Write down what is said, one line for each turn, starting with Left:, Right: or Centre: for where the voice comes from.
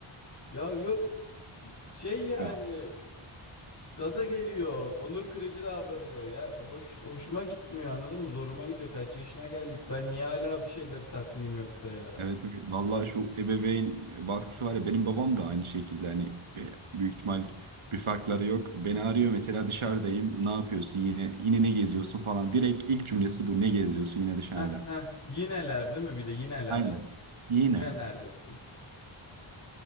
Left: Ya yok şey yani
Right: Ya.
Left: Gaza geliyor. Onur kırıcı davranıyor ya. Hoş, hoşuma gitmiyor anladın mı? Zoruma gidiyor. Kaç yaşına geldik. Ben niye hala bir şeyleri saklayayım yoksa ya?
Right: Evet evet vallahi şu ebeveyn baskısı var ya benim babam da aynı şekilde hani be- büyük ihtimal bir farkları yok. Beni arıyor mesela dışarıdayım ne yapıyorsun yine yine ne geziyorsun falan direkt ilk cümlesi bu ne geziyorsun yine dışarıda.
Left: Heh, heh. Yineler değil mi? Bir de yineler.
Right: Aynen
Left: ya.
Right: yine
Left: Yine neredesin?